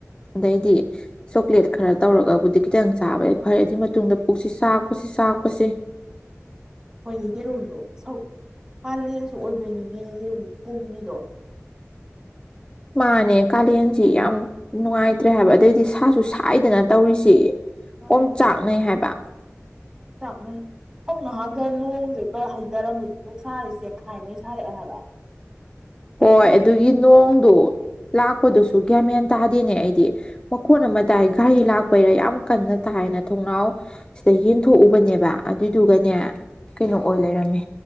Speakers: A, on the left; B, on the right.
A: ꯑꯗꯩꯗꯤ ꯆꯣꯀ꯭ꯂꯦꯠ ꯈꯔ ꯇꯧꯔꯒꯕꯨꯗꯤ ꯈꯤꯇꯪ ꯆꯥꯕ ꯌꯥꯏ ꯐꯔꯩꯦ ꯑꯗꯨꯏ ꯃꯇꯨꯡꯗ ꯄꯨꯛꯁꯤ ꯆꯥꯛꯄꯁꯤ ꯆꯥꯛꯄꯁꯦ
B: ꯍꯣꯏꯅꯦ ꯌꯦꯦꯔꯨꯝꯝꯗꯣꯛ ꯄꯥꯂꯦꯟꯁꯨ ꯑꯣꯏꯕꯣꯏꯅꯤꯅꯦꯦꯅꯦ ꯌꯦꯦꯔꯨꯝꯝ ꯄꯨꯡꯅꯤꯗꯣ
A: ꯃꯥꯅꯦ ꯀꯥꯂꯦꯟꯁꯤ ꯌꯥꯝ ꯅꯨꯡꯉꯥꯏꯇ꯭ꯔꯦ ꯍꯥꯏꯕ ꯑꯗꯩꯗꯤ ꯁꯥꯁꯨ ꯁꯥꯏꯗꯅ ꯇꯧꯔꯤꯁꯤ
B: ꯌꯥꯝ
A: ꯑꯣꯝ ꯆꯥꯛꯅꯩ ꯍꯥꯏꯕ
B: <inaudible> ꯍꯧ ꯉꯍꯥꯛꯇ ꯅꯣꯡꯁꯦꯇ ꯍꯩꯊꯔꯝꯃꯤꯗꯨꯕꯨ ꯁꯔꯤꯁꯦ ꯆꯦꯛꯈꯥꯏꯉꯩ ꯁꯥꯔꯛꯑꯦ ꯍꯥꯏꯕ
A: ꯍꯣꯏ
B: ꯑꯩꯗꯤ
A: ꯑꯗꯨꯒꯤ ꯅꯣꯡꯗꯨ
B: ꯑꯁ
A: ꯂꯥꯛꯄꯗꯨꯁꯨ ꯒ꯭ꯌꯥꯃꯦꯟ ꯇꯥꯗꯦꯅꯦ ꯑꯩꯗꯤ ꯃꯈꯣꯟ ꯑꯃ ꯇꯥꯏ ꯘꯔꯤ ꯂꯥꯛꯄꯩꯔꯥ ꯌꯥꯝ ꯀꯟꯅ ꯇꯥꯏꯅ ꯊꯣꯡꯅꯥꯎ ꯁꯤꯗ ꯌꯦꯡꯊꯣꯛꯎꯕꯅꯦꯕ ꯑꯗꯨꯏꯗꯨꯒꯅꯦ ꯀꯩꯅꯣ ꯑꯣꯏ ꯂꯩꯔꯝꯃꯦ